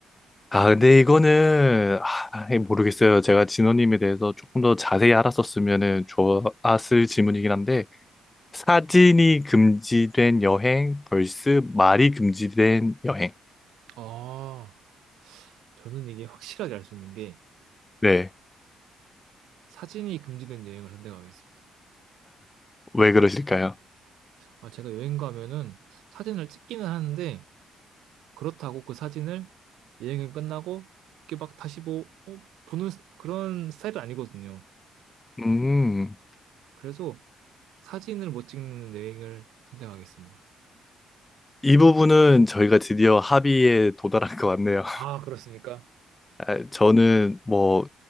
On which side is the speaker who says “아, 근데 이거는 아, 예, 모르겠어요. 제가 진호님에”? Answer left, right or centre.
Left